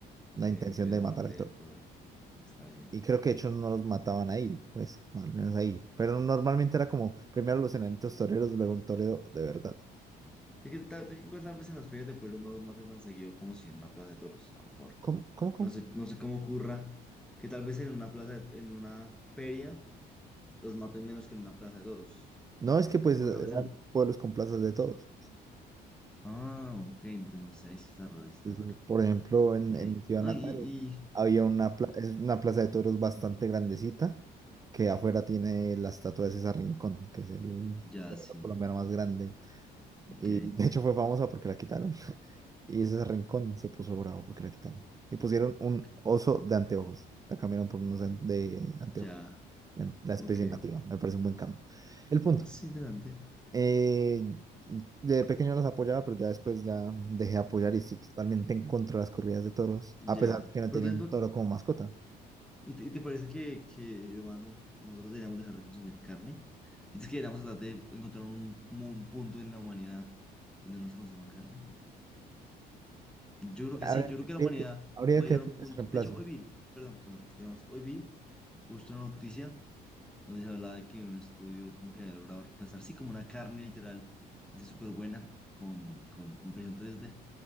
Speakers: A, on the right (about 20°); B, in the centre.
A: la
B: Que
A: intención
B: incluye
A: de
B: la
A: matar
B: muerte
A: al
B: del
A: toro.
B: toro. Está bien.
A: Y creo que de hecho no los mataban ahí, pues, al menos ahí. Pero normalmente era como primero los enanitos toreros, luego un toreo de verdad.
B: Es que tal, es que igual tal vez en las ferias de Pueblo no maten tan seguido como si en una plaza de toros, a lo mejor.
A: ¿Cómo, cómo, cómo?
B: No sé, no sé cómo ocurra que tal vez en una plaza, de- en una feria, los maten menos que en una plaza de toros.
A: No, es que pues
B: Bueno,
A: eran
B: a veces no.
A: pueblos con plazas de toros.
B: Ah, ok, no tengo, sé, ahí sí está raro, ahí sí está
A: Sí, sí.
B: raro.
A: Por ejemplo, en,
B: Ok.
A: en mi ciudad
B: No,
A: natal
B: y, y, y-
A: había una, pla- es una plaza de toros bastante grandecita que afuera tiene la estatua de César Rincón, que es el
B: ya,
A: torero
B: sí,
A: colombiano más grande.
B: ok.
A: Y de hecho fue famosa porque la quitaron. <laughs> Y César Rincón se puso bravo porque la quitaron. Y pusieron un
B: Ok.
A: oso de anteojos. La cambiaron por unos an- de anteojos,
B: Ya,
A: la la especie
B: ok.
A: nativa. Me parece un buen cambio. El punto.
B: Es interesante.
A: Eh, de pequeño los apoyaba, pero ya después ya dejé de apoyar y estoy totalmente en contra de las corridas de toros,
B: Ya.
A: a pesar de que no
B: Pero
A: tenía
B: entonces,
A: un toro
B: ¿por-
A: como mascota.
B: ¿y te, y te parece que, que, hermano, nosotros deberíamos dejar de consumir carne? Entonces que deberíamos tratar de encontrar un, un punto en la humanidad donde no se consuma carne. Yo creo que
A: Habría,
B: sí, yo creo que
A: habría
B: la humanidad
A: que, habría
B: va
A: que
B: a llegar
A: ver
B: a un punto.
A: que se reemplace.
B: De hecho, hoy vi, perdón, perdón, digamos, hoy vi justo una noticia donde se hablaba de que un estudio como que había logrado reemplazar, sí, como una carne literal, así súper buena, con, con impresión tres d